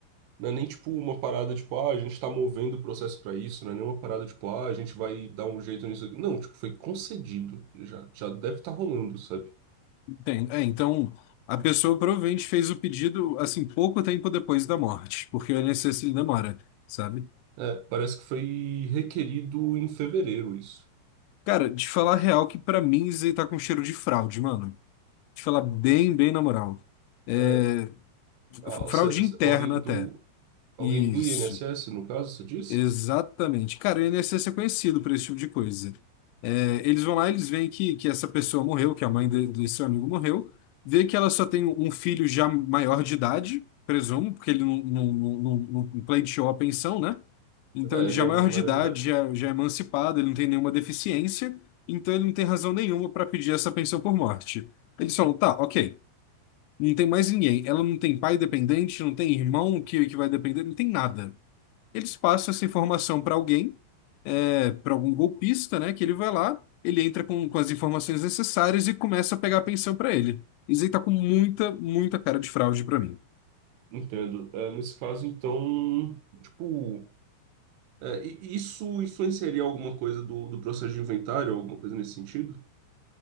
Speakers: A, on the right; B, on the left.
A: Não é nem tipo uma parada tipo, ah, a gente tá movendo o processo pra isso, não é nem uma parada tipo, ah, a gente vai dar um jeito nisso aqui. Não, tipo, foi concedido. Já, já deve estar rolando, sabe?
B: Tem- é, então, a pessoa provavelmente fez o pedido, assim, pouco tempo depois da morte, porque o INSS ele demora, sabe?
A: É, parece que foi requerido em fevereiro isso.
B: Cara, de falar a real que pra mim isso aí tá com cheiro de fraude, mano. De falar bem, bem na moral. É,
A: É,
B: f-
A: a-
B: fraude
A: se- se-
B: interna
A: alguém
B: até.
A: do, alguém
B: Isso.
A: do INSS, no caso, você diz?
B: Exatamente. Cara, o INSS é conhecido por esse tipo de coisa. É, eles vão lá, eles veem que, que essa pessoa morreu, que a mãe de- desse seu amigo morreu, vê que ela só tem um filho já maior de idade, presumo, porque ele não, não, não, não- não pleiteou a pensão, né? Então
A: É,
B: ele
A: ele
B: já é
A: é
B: maior
A: maior
B: de idade,
A: de idade.
B: já, já é emancipado, ele não tem nenhuma deficiência, então ele não tem razão nenhuma para pedir essa pensão por morte. Eles falam, tá, ok, não tem mais ninguém. Ela não tem pai dependente, não tem irmão que, que vai depender, não tem nada. Eles passam essa informação para alguém, é, para algum golpista, né? Que ele vai lá, ele entra com, com as informações necessárias e começa a pegar a pensão para ele. Isso aí tá com muita, muita cara de fraude para mim.
A: Entendo. É, nesse caso, então, tipo, é, i- isso influenciaria alguma coisa do, do processo de inventário, alguma coisa nesse sentido?